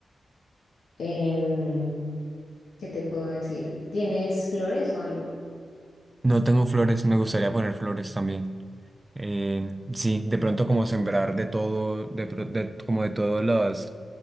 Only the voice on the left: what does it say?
Em, ¿qué te puedo decir? ¿Tienes flores o algo?